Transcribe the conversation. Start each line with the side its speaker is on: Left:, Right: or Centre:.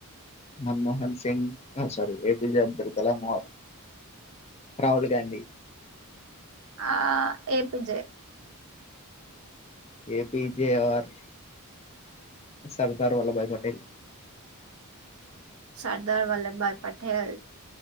Left: Manmohan Singh ఆ sorry A P J Abdul Kalam or Rahul Gandhi
Right: ఆ A P J
Left: A P J or Sardar Vallabhbhai Patel
Right: Sardar Vallabhbhai Patel